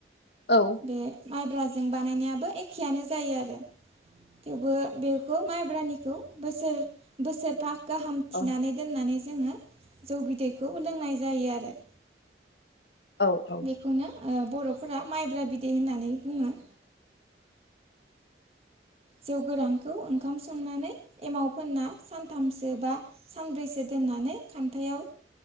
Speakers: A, on the left; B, on the right.
A: औ।
B: बे माइब्राजों बानायनायाबो एखेयानो जायो आरो थेवबो बे। खौ माइब्रानिखौ बोसोरफा गाहाम
A: औ
B: थिनानै दोननानै जोङो जौ बिदैखौ लोंनाय जायो आरो
A: औ
B: बेखौनो बर'फोरा माइब्रा बिदै होननानै बुङो जौ गोरानखौ ओंखाम संनानै एमाव फोनना सानथामसो बा। सानब्रैसो दोननानै खान्थायाव